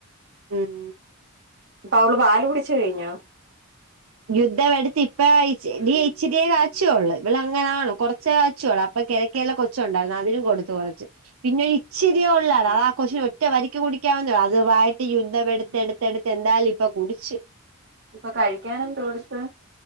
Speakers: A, on the right; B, on the right.
A: ഉം
B: അപ്പ അവള് പാല് കുടിച്ച് കഴിഞ്ഞ
A: യുദ്ധം എടുത്ത് ഇപ്പൊ ഇ ഇച്ചിരിയെ കാച്ചിയൊള്ളൂ ഇവള അങ്ങനാണ കുറച്ചേ കാച്ചുയൊള്ളൂ അപ്പൊ കെ ല കൊച്ച് ഉണ്ടായിരുന്നു അതിനും കൊടുത്തു കുറച്ച് പിന്നെ ഇച്ചിരിയൊള്ളടാ ആഹ് കൊച്ചിന് ഒറ്റ വലിക്ക് കുടിക്കാവുന്നൊള്ളൂ അതുവായിട്ട് യുദ്ധവെടുത്ത് എടുത്ത്ടുത്ത് എന്തായാലും ഇപ്പൊ കുടിച്ച്
B: ഇപ്പൊ കഴിക്കാന എന്ത കൊടുത്ത്